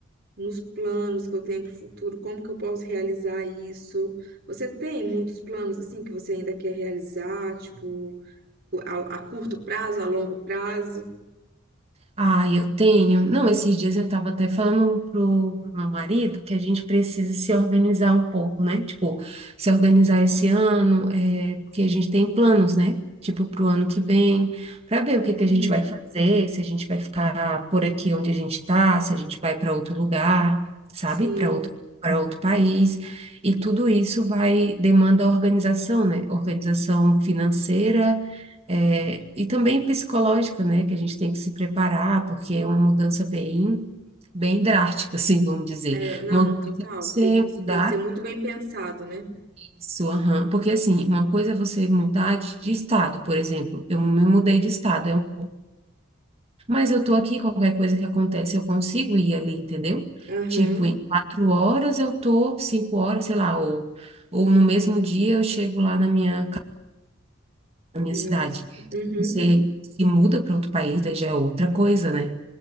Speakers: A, on the right (about 50°); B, on the right (about 30°).
A: nos planos que eu tenho pro futuro, como que eu posso realizar isso? Você tem muitos planos assim que você ainda quer realizar, tipo, a, a curto prazo, a longo prazo?
B: Ah, eu tenho. Não, esses dias eu estava até falando pro, pro meu marido que a gente precisa se organizar um pouco, né? Tipo, se organizar esse ano, é, porque a gente tem planos, né? Tipo, pro ano que vem, para ver o que
A: Uhum.
B: que a gente vai fazer, se a gente vai ficar por aqui onde a gente está, se a gente vai para outro lugar, sabe?
A: Sim,
B: Para outro, para outro país. E tudo isso vai demanda organização, né? Organização financeira é, e também psicológica, né? Que a gente tem que se preparar, porque é uma mudança bem, bem drástica, <laughs> assim, vamos dizer.
A: é, não,
B: Uma coisa
A: total.
B: é você
A: Tem que,
B: mudar
A: tem que ser muito bem pensado, né?
B: isso, aham, porque assim, uma coisa é você mudar de, de estado, por exemplo. Eu me mudei de estado, eu- mas eu tô aqui, qualquer coisa que acontece, eu consigo ir ali, entendeu?
A: Aham,
B: Tipo, em quatro horas eu tô, cinco horas, sei lá, ou, ou no mesmo dia eu chego lá na minha, ca- na minha
A: nossa.
B: cidade.
A: Uhum.
B: Você se muda para outro país, daí já é outra coisa, né?